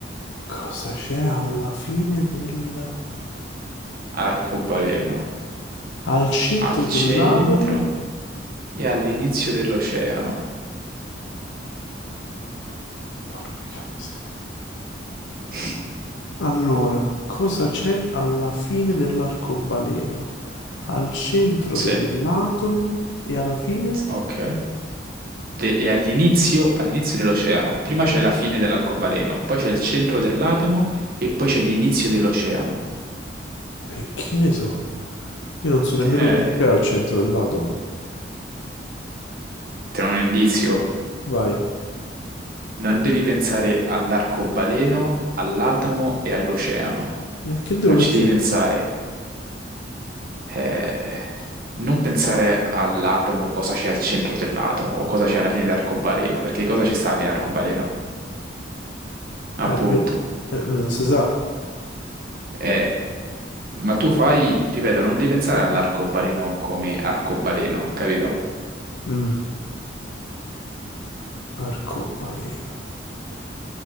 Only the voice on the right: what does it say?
Arcobaleno,
al centro
e all'inizio dell'oceano.
<laughs>
Sì,
ok. De- e all'inizio all'inizio dell'oceano. Prima c'è la fine dell'arcobaleno, poi c'è il centro dell'atomo e poi c'è l'inizio dell'oceano.
Eh,
te ne ho un indizio?
Non devi pensare all'arcobaleno, all'atomo e all'oceano.
Non
ci devi pensare. Eh, non pensare all'atomo, cosa c'è al centro dell'atomo o cosa c'è alla fine dell'arcobaleno, perché cosa ci sta alla fine dell'arcobaleno? Appunto.
Eh, ma tu fai, ripeto, non devi pensare all'arcobaleno come arcobaleno, capito?